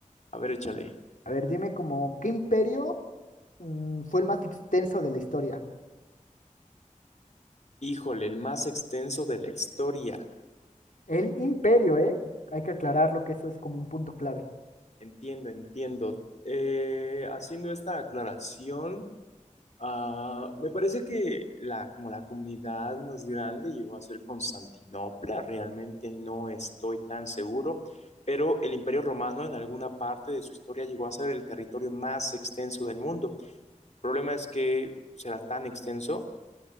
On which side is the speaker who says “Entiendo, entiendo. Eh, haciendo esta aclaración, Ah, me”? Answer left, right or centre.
Left